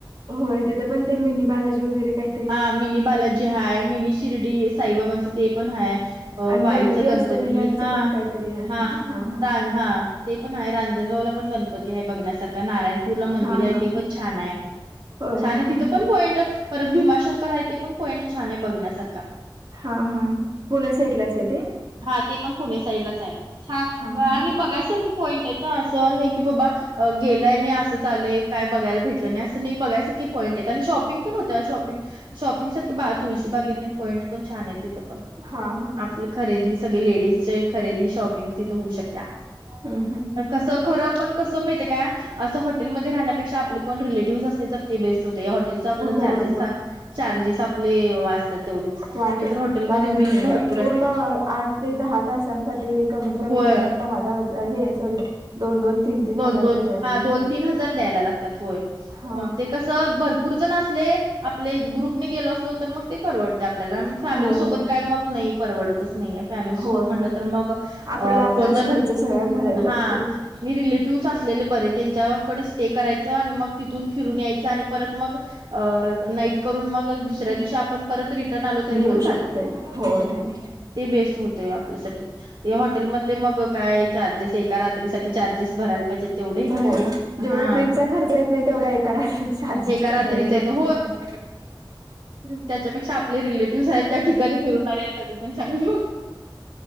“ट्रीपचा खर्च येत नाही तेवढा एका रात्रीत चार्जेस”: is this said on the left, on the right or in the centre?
Right